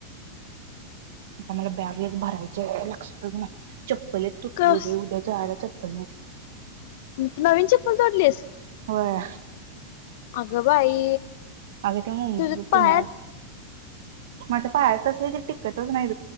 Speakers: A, on the right; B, on the left.
A: मला बॅग वग भरायच्याय लक्षातच नाही चप्पल एक तुटली
B: कस
A: बघ उद्या जायला चप <unintelligible>
B: म नवीन चप्पल तोडलीस?
A: होय
B: अगं बाई!
A: अग ते मुंबब
B: तुझ्या पायात
A: पुण्यात माझ्या पाया तसले तर टिकतच नाही.